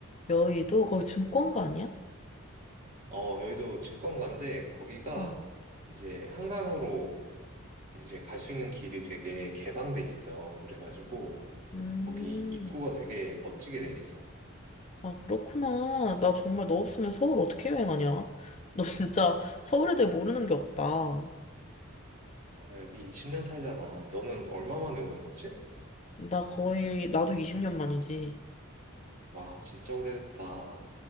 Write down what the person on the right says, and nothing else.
어, 여의도 증권가인데 거기가
이제 한강으로 이제 갈 수 있는 길이 되게 개방돼 있어. 그래가지고
거기 입구가 되게 멋지게 돼 있어.
음,
아, 여기 20년 살잖아. 너는 얼마 만에 오는 거지?
와, 진짜 오래됐다.